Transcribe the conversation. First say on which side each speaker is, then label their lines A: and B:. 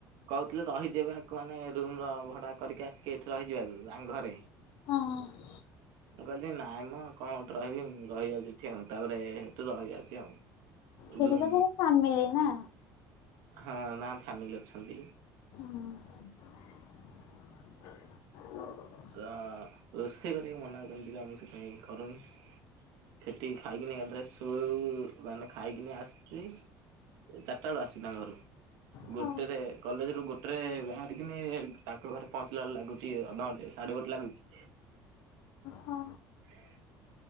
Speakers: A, on the right; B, on the left.
A: କହୁଥିଲେ ରହିଯିବାକୁ ମାନେ ରୁମର ଭଡା କରିକି ଆସିକି ଏଠି ରହିଯିବାକୁ, ତାଙ୍କ ଘରେ
B: ହଁ ହଁ।
A: ମୁଁ କହିଲି ନାଇଁ ମ କଣ ଗୋଟେ ରହିବି, ମୁଁ ରହିଯାଉଛି ଠିଆ ହଉଛି ତାପରେ ସେଠୁ ରହିଯାଉଛି ଆଉ।
B: ସେ
A: ରୁମ
B: ତ ତାଙ୍କର ଫ୍ୟାମିଲି ନା?
A: ହଁ, ନା ଫ୍ୟାମିଲି ଅଛନ୍ତି।
B: ହୁଁ।
A: ତ ରୋଷେଇ କରିବାକୁ ମନା କରିଛନ୍ତି ବା ମୁଁ ସେଥିପାଇଁ କରୁନି। ସେଠିକ ଖାଇକିନି ୟାପରେ ଶୋଇବୁ ମାନେ ଖାଇକିନି ଆସିଛି। ଚାରିଟା ବେଳୁ ଆସୁ ତାଙ୍କ ଘରୁ।
B: ହଁ
A: ଗୋଟେରେ କଲେଜରୁ ଗୋଟେ ରେ ବାହାରିକିନି ତାଙ୍କ ଘରେ ପହଞ୍ଚିଲା ବେଳକୁ ଲାଗୁଛି, ଅଧଘଣ୍ଟେ ସାଢ଼େ ଗୋଟେ ଲାଗୁଛି।
B: ହଁ।
A: ହ